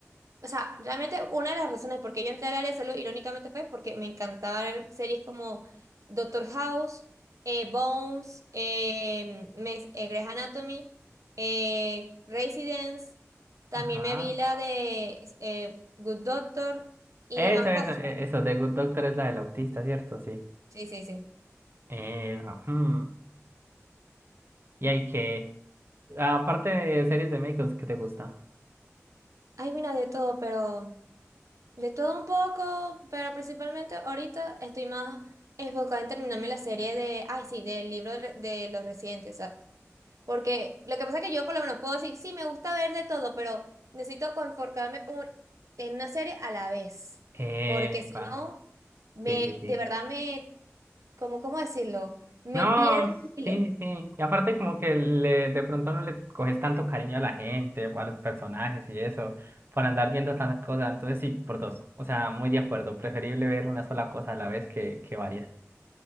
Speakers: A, on the right; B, on the right.
A: O sea, realmente una de las razones por qué yo entré al área de salud irónicamente fue porque me encantaba ver series como Doctor House, eh, Bones, eh, me- eh, Grey's Anatomy, eh, Residence, también
B: ajá.
A: me vi la de eh, Good Doctor y
B: Eso,
A: demás
B: eso,
A: cosas.
B: e- eso. The Good Doctor es la del autista, ¿cierto? Sí.
A: Sí, sí, sí.
B: Eh, ujú. Y hay que. Aparte de series de médicos, ¿qué te gusta?
A: Ay, mira, de todo, pero de todo un poco, pero principalmente ahorita estoy más enfocada en terminarme la serie de, ay, sí, del libro del re- de los residentes. Porque lo que pasa es que yo por lo menos puedo decir, sí, me gusta ver de todo, pero necesito conformarme un- en una serie a la vez.
B: Eh,
A: Porque si
B: pa.
A: no, me,
B: Sí, sí, sí.
A: de verdad me, ¿cómo, cómo decirlo? Me
B: No,
A: pierdo el hilo.
B: sí, sí, sí. Y aparte como que le, de pronto no le coges tanto cariño a la gente o a los personajes y eso, por andar viendo tantas cosas. Entonces sí, por dos. O sea, muy de acuerdo. Preferible ver una sola cosa a la vez que, que varias.